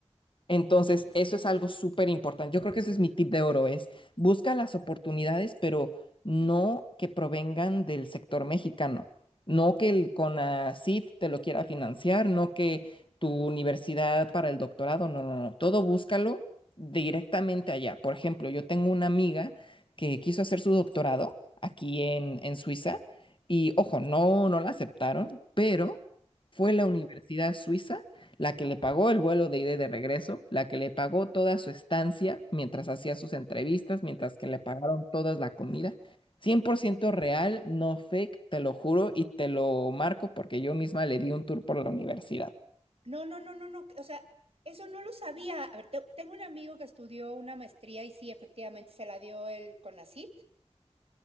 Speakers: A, on the left; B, on the right.
A: Entonces, eso es algo súper importante. Yo creo que ese es mi tip de oro, es busca las oportunidades, pero no que provengan del sector mexicano. No que el CONACYT te lo quiera financiar, no que tu universidad para el doctorado, no, no, no. Todo búscalo directamente allá. Por ejemplo, yo tengo una amiga que quiso hacer su doctorado aquí en, en Suiza y, ojo, no, no la aceptaron, pero fue la universidad suiza la que le pagó el vuelo de ida y de regreso, la que le pagó toda su estancia mientras hacía sus entrevistas, mientras que le pagaron toda la comida. cien por ciento real, no fake, te lo juro y te lo marco porque yo misma le di un tour por la universidad.
B: No, no, no, no, no, o sea, eso no lo sabía. A ver, te- tengo un amigo que estudió una maestría y sí, efectivamente se la dio el CONACYT